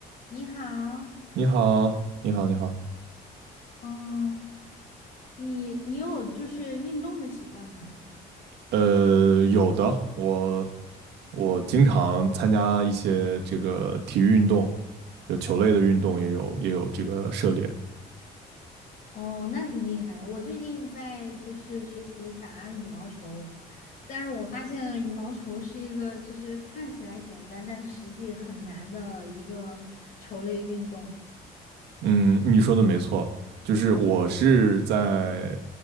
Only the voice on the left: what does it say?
你好，
嗯，你你有就是运动的习惯吗？
哦，那挺厉害的。我最近在就是学习打羽毛球，但是我发现羽毛球是一个就是看起来简单，但实际很难的一个球类运动。